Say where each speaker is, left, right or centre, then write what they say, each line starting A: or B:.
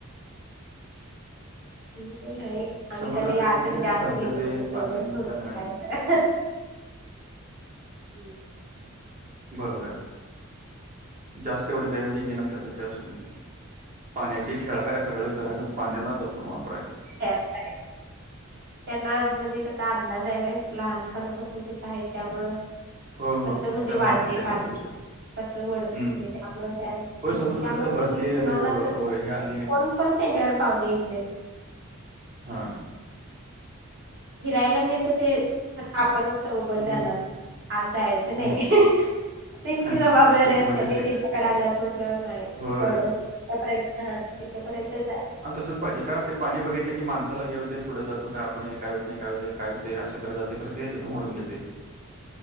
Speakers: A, on the right (about 50°); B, on the right (about 35°).
A: हम मी पण नाही. आम्ही
B: समुद्रापेक्षा
A: कधी आता
B: म्हणजे
A: जास्त
B: धबधबे
A: गेलोच नाही तेवढंच
B: पाणी
A: थोडं
B: तर हा
A: फार जरा. हम्म.
B: बरोबर आहे जास्त एवढं काय म्हणजे हे नसल्यास सारखं. क्या सु गेली पाण्याचे खेळा ह सगळे करा पाण्याला जपून वापरायचे.
A: हा <inaudible> त्यांना आज म्हणजे कसा अंदाज आहे ना लहानपणापासून तिथं आहे त्यामुळं.
B: हो
A: कस
B: हो
A: म्हणजे
B: त्यांना
A: वाढते
B: माहित पहिल्यापासूनच्या
A: पाणी. कस वडतय
B: हम्म
A: त्यामुळे
B: होय समुद्रात
A: त्यामुळे
B: कसं भरती
A: त्यांनी कुणाला
B: आली
A: तर
B: हे आली
A: कोण पण त्यांच्याकडे पावन येत्यात.
B: हा,
A: फिरायला नेत होते खर आपण सोबत
B: हा
A: जाणार आत आजयचं
B: हम्म
A: नाही. त्यांची
B: ह
A: जबाबदारी
B: हा स्ट्रिक्ट
A: असतेनी
B: म्हणजे स्ट्रिक्ट
A: त्यांच्याकडे आल्यात म्हटल्यावर नाही
B: होय
A: एवढंच. तिथंर्यंत हा तिथपर्यंतचाय.
B: आणि तसंच पाहिजे. का ते पाणी बघितलं की माणसाला हे होते पुढे जातो काय आपण हे काय होत नाही. काय होतेय काय होतेय असं कर जाते. ते एकदम ओढून घेतय.